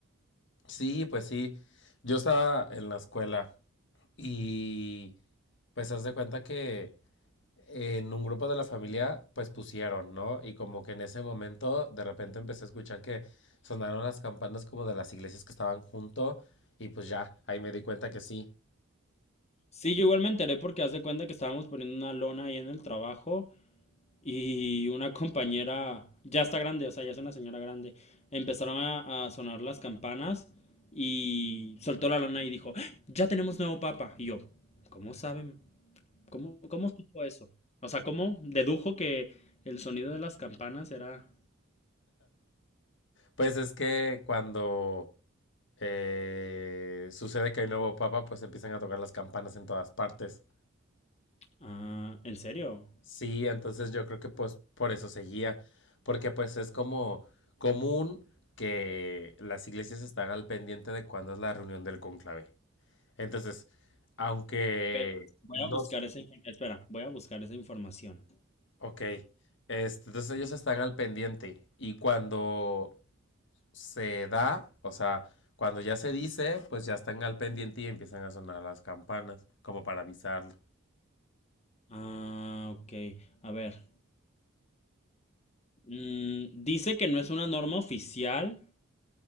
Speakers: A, on the left; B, on the left.
A: Sí, pues sí, yo estaba en la escuela y pues haz de cuenta que en un grupo de la familia, pues pusieron, ¿no? Y como que en ese momento de repente empecé a escuchar que sonaron las campanas como de las iglesias que estaban junto y pues ya, ahí me di cuenta que sí.
B: Sí, yo igual me enteré porque haz de cuenta que estábamos poniendo una lona ahí en el trabajo Y una compañera, ya está grande, o sea, ya es una señora grande, empezaron a, a sonar las campanas y soltó la lana y dijo, "¡Ah! ya tenemos nuevo papa. Y yo, ¿cómo saben? ¿Cómo, cómo supo eso? O sea, ¿cómo dedujo que el sonido de las campanas era...
A: Pues es que cuando eh, sucede que hay nuevo papa, pues empiezan a tocar las campanas en todas partes.
B: Ah, ¿en serio?
A: Sí, entonces yo creo que pues por eso seguía, porque pues es como común que las iglesias están al pendiente de cuándo es la reunión del conclave. Entonces, aunque
B: Ver, voy
A: no,
B: a buscar
A: s-
B: esa información. Espera, voy a buscar esa información.
A: ok, este, entonces ellos están al pendiente y cuando se da, o sea, cuando ya se dice, pues ya están al pendiente y empiezan a sonar las campanas, como para avisarlo.
B: Ah, ok. A ver. Mm, dice que no es una norma oficial,